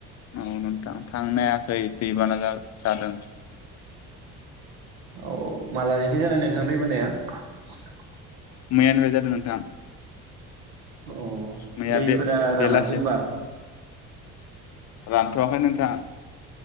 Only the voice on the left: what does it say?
औ नोंथां थांनो हायाखै दैबाना जादों।
मैयानिफ्राय बे जादों नोंथां।
मैया
बे बेलासि
रानथ'वाखै नोंथां